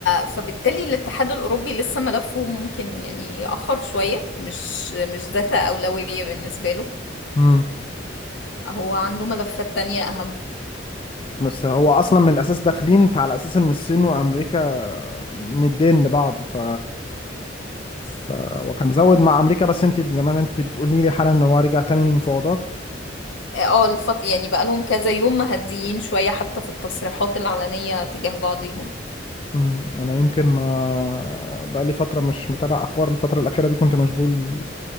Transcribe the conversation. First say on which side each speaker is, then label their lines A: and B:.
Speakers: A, on the left (about 80°); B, on the left (about 30°).
A: فبالتالي الاتحاد الأوروبي لسه ملفه ممكن يعني يأخر شوية مش مش ذات أولوية بالنسبة له
B: امم
A: هو عنده ملفات تانية أهم
B: بس هو اصلا من الاساس داخلين فعلى اساس ان الصين وامريكا ندين لبعض ف ف وكان زود مع امريكا بس انت زمان انت بتقولي لي حالا ان هو رجع تاني للمفاوضات
A: اه الفط... يعني بقالهم كذا يوم مهديين شوية حتى في التصريحات العلنية تجاه بعضهم
B: امم انا يمكن ما بقى لي فتره مش متابع اخبار الفتره الاخيره دي كنت مشغول